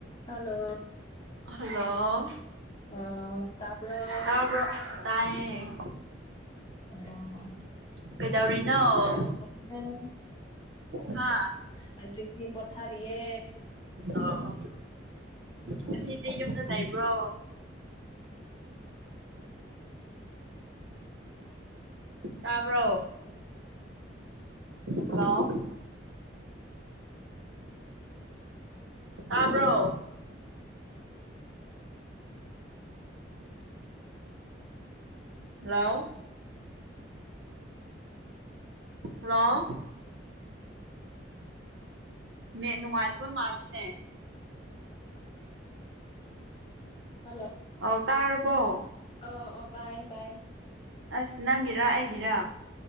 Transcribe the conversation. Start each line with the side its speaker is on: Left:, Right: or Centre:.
Left: hello
Right: hello
Left: ꯑꯣ ꯇꯥꯕꯔ‌ꯣ
Right: ꯇꯥꯕ꯭ꯔꯣ ꯇꯥꯏꯌꯦ
Left: ꯑꯣ
Right: ꯀꯩꯗꯧꯔꯤꯅꯣ
Left: ꯀꯔꯝ ꯇꯧꯔꯤꯒ‌ꯦ
Right: ꯍꯥ
Left: ꯍꯧꯖꯤꯛꯇꯤ ꯄ‌ꯣꯊꯔꯤꯌꯦ
Right: ꯑꯣ ꯉꯁꯤꯗꯤ ꯌꯨꯝꯗ ꯂꯩꯕ꯭ꯔꯣ ꯇꯕ꯭ꯔꯣ ꯍꯜꯂꯣ ꯇꯥꯕ꯭ꯔꯣ ꯍꯜꯂꯣ ꯍꯜꯂꯣ ꯅ‌ꯦꯠ ꯅꯨꯡꯉꯥꯏꯇꯕ ꯃꯥꯜꯂꯤꯅꯦ
Left: ꯍꯜꯂ‌ꯣ
Right: ꯑꯣ ꯇꯥꯔꯕꯣ
Left: ꯑꯣ ꯑꯣ ꯇꯥꯏꯌꯦ ꯇꯥꯏꯌꯦ
Right: ꯑꯁ ꯅꯪꯒꯤꯔꯥ ꯑꯩꯒꯤꯔꯥ